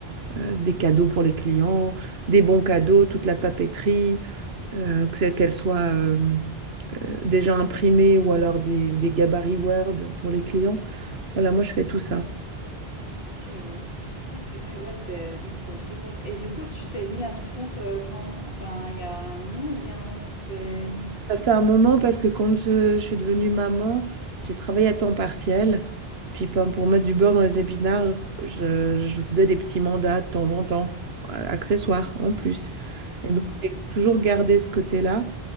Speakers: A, on the right; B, on the left.
A: euh, des cadeaux pour les clients, des bons cadeaux, toute la papeterie, euh, que qu'elle soit euh, euh, déjà imprimée ou alors des, des gabarits Word pour les clients. Voilà, moi je fais tout ça.
B: Ok, ouais. Ah purée, ouais, c'est donc c'est assez vaste. Et du coup, tu t'es mis à ton compte euh, quand? Enfin, il y a un moment ou bien c'est...
A: Ça fait un moment parce que quand je, je suis devenue maman, j'ai travaillé à temps partiel. Puis ben, pour mettre du beurre dans les épinards, je, je faisais des petits mandats de temps en temps, euh, accessoires en plus.
B: Hmm.
A: Et donc, j'ai toujours gardé ce côté-là.